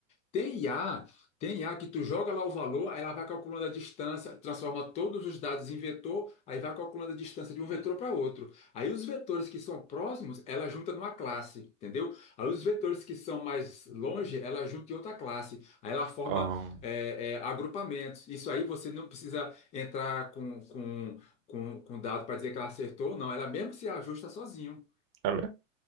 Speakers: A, on the left; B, on the right.
A: Tem I a tem I a que tu joga lá o valor, aí ela vai calculando a distância, transforma todos os dados em vetor, aí vai calculando a distância de um vetor para outro. Aí os vetores que são próximos, ela junta numa classe, entendeu? Aí os vetores que são mais longe, ela junta em outra classe. Aí ela forma
B: ah,
A: é, é, agrupamentos. Isso aí você não precisa entrar com, com, com, com dado para dizer que ela acertou, não. Ela mesmo se ajusta sozinho.
B: é mesmo?